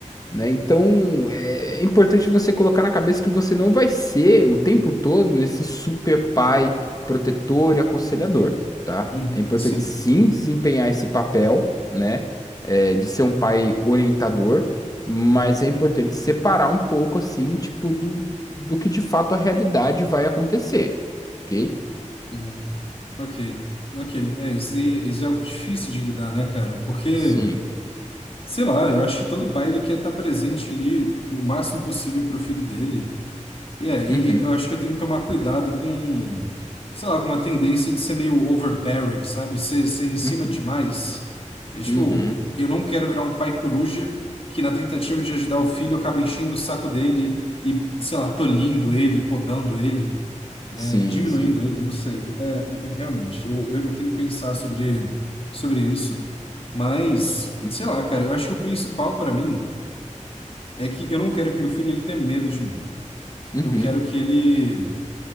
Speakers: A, on the left (about 30°); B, on the left (about 50°).
A: né? Então, é é importante você colocar na cabeça que você não vai ser o tempo todo esse super pai protetor e aconselhador, tá?
B: uhum.
A: É importante
B: Sim.
A: sim desempenhar esse papel, né? é, de ser um pai orientador, mas é importante separar um pouco, assim, tipo, do, do que de fato a realidade vai acontecer, ok?
B: Hum. Ok, ok. É, isso, aí- isso é algo difícil de lidar, né, cara? Porque,
A: Sim.
B: sei lá, eu acho que todo pai ele quer estar presente ali o máximo possível para o filho dele. E é, e
A: Uhum.
B: e eu acho que eu tenho que tomar cuidado com, sei lá, com uma tendência de ser meio overbearing, sabe? Ser, ser em cima
A: Uhum.
B: demais. É, tipo,
A: Uhum.
B: eu não quero virar um pai coruja que, na tentativa de ajudar o filho, acaba enchendo o saco dele e, sei lá, tolhindo ele, podando ele. É,
A: Sim,
B: diminuindo
A: sim.
B: ele, não sei. É, realmente, eu, eu, eu tenho que pensar sobre, sobre isso. Mas,
A: Uhum.
B: sei lá, cara, eu acho que o principal para mim é que eu não quero que meu filho ele tenha medo de mim.
A: Uhum.
B: Eu quero que ele,